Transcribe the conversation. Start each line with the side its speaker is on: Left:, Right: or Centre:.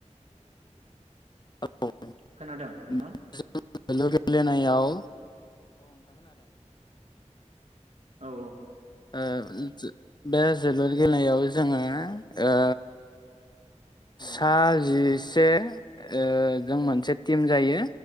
Left: औ <unintelligible>
Right: खोनादों नोंथां
Left: जों जोलुर गेलेनायाव
Right: औ औ
Left: ओ बे जोलुर गेलेनायाव जोङो ओ
Right: औ
Left: सा जिसे जिसे ओ जों मोनसे टिम जायो